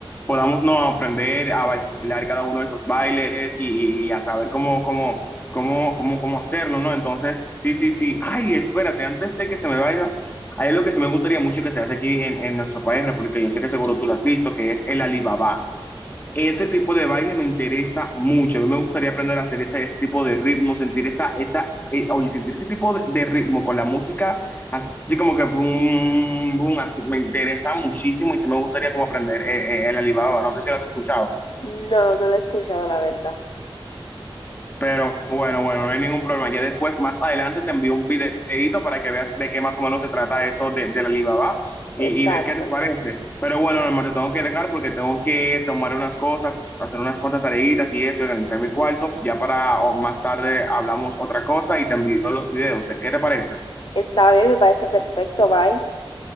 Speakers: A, on the left; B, on the left.
A: podamos no aprender a bailar cada uno de esos bailes y, y a saber cómo, cómo, cómo, cómo, cómo hacerlo, ¿no? Entonces, sí, sí, sí. Ay, espérate, antes de que se me vaya. Hay algo que sí me gustaría mucho que se hace aquí en, en nuestro país, República, yo sé que seguro tú lo has visto, que es el Alibaba. Ese tipo de baile me interesa mucho. A mí me gustaría aprender a hacer ese, ese tipo de ritmo, sentir esa, esa, eh, oye, sentir ese tipo de, de ritmo con la música, así como que boom, boom, así me interesa muchísimo y sí me gustaría como aprender eh, eh, el Alibaba. No sé si lo has escuchado.
B: No, no lo he escuchado la verdad.
A: Pero bueno, bueno, no hay ningún problema. Ya después, más adelante, te envío un videito para que veas de qué más o menos se trata eso de, de la Alibaba y,
B: Exacto.
A: y ver qué te parece. Pero bueno, Norma, te tengo que dejar porque tengo que tomar unas cosas, hacer unas cuantas tareitas y eso, y organizar mi cuarto. Ya para o más tarde hablamos otra cosa y te envío los videos. ¿De qué te parece?
B: Está bien, me parece perfecto, bye.